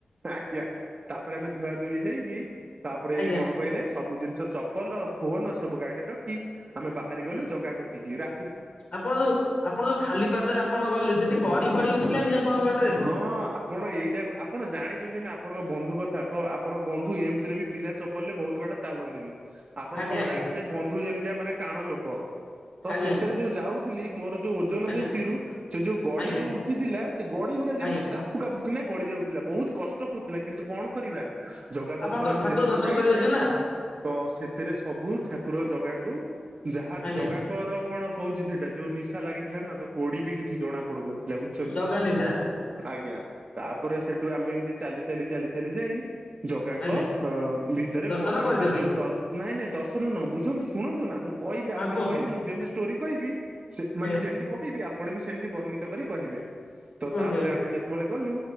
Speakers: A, on the right; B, on the left.
A: ଆଜ୍ଞା ତାପରେ ଆମେ ଧୁଆ ଧୁଇ ହେଇକି ତାପରେ
B: ଆଜ୍ଞା।
A: କଣ କହିଲେ ସବୁ ଜିନିଷ ଚପଲ ଫୋନ ସବୁ ଗାଡିରେ ରଖି ଆମେ ବାହାରି ଗଲୁ ଜଗା କତିକି ରା
B: ଆପଣ ଯୋଉ ଆପଣ ଯୋଉ ଖାଲି ପାଦରେ ଆପଣ ଗଲେ ସେଠି କଡି ଫଡି ଉଠିଲୋନି ଆପଣଙ୍କ ଗଡରେ?
A: ହଁ ଆପଣ ଏଇଟା ଆପଣ ଜାଣିଛନ୍ତି ନା ଆପଣଙ୍କ ବନ୍ଧୁ କଥା। ତ ଆପଣଙ୍କ ବନ୍ଧୁ ଏମିତିରେ ବିନା ଚପଲରେ ବହୁତ ବାଟ ଚାଲନ୍ତିନି। ଆପଣଙ୍କର
B: ଆଜ୍ଞା
A: ଜାଣିଥାଏ ବନ୍ଧୁ ଯେମିତିଆ ମାନେ ଟାଣ ଲୋକ। ତ
B: ଆଜ୍ଞା
A: ସେଥିରେ ଯୋଉ ଯାଉଥିଲି ମୋର ଯୋଉ ଓଜନ
B: ଆଜ୍ଞା
A: ଦୃଷ୍ଟିରୁ
B: ଆଜ୍ଞା
A: ସେ ଯୋଉ ଗଡି
B: ଆଜ୍ଞା
A: ଯୋଉ ଉଠିଥିଲା ସେ ଗଡି ଗୁଡା ଯେମିତି
B: ଆଜ୍ଞା
A: କା ଗଳି ଯାଉଥିଲା ବହୁତ କଷ୍ଟ ହଉଥିଲା। କିନ୍ତୁ କଣ କରିବା ଜଗା ଦର୍ଶନ
B: ଆପଣ ତ
A: କୁ
B: ଠାକୁର
A: ଯେହେତୁ
B: ଦର୍ଶନ
A: ଯାଇଛେ
B: କରିବାକୁ ଯାଇଛନ୍ତି ନା?
A: ତ ସେଥିରେ ସବୁ ଠାକୁର ଜଗାଙ୍କୁ ଯାହାବି
B: ଆଜ୍ଞା
A: ଜଗାଙ୍କର କଣ କହୁଛି ସେଇଟା ଯୋଉ ନିଶା ଲାଗିଥିଲା ନା ତ ଗୋଡ଼ି ବି କିଛି ଜଣା ପଡୁନଥିଲା ବୁଝୁଛନ୍ତି।
B: ଜଗା ନିିଶା।
A: ଆଜ୍ଞା। ତାପରେ ସେଠୁ ଆମେ ଏମତି ଚାଲି ଚାଲି ଚାଲି ଚାଲି ଯାଇ ଜଗାଙ୍କ
B: ଆଜ୍ଞା
A: ଭିତରେ
B: ଦର୍ଶନ
A: ମାନେ
B: କରିଛନ୍ତି
A: ସେଇ ଯୋଉ ନାଇଁ ନାଇଁ ଦର୍ଶନ ନୁହଁ। ବୁଝନ୍ତୁ ଶୁଣନ୍ତୁ ନା ମୁଁ କହିବି ଆପଣ
B: ହଁ କୁହନ୍ତୁ
A: କହିଲି ମୁଁ ଯେମିତି ଷ୍ଟୋରି କହିବି ସେମାନେ
B: ଏ
A: ଯେ କହିବି ଆପଣ ବି ସେମିତି ବର୍ଣ୍ଣିତ କରି କହିବେ। ତ
B: କୁହନ୍ତୁ
A: ତାପରେ
B: ଏ
A: ଆମେ ଯେତେବେଳେ ଗଲୁ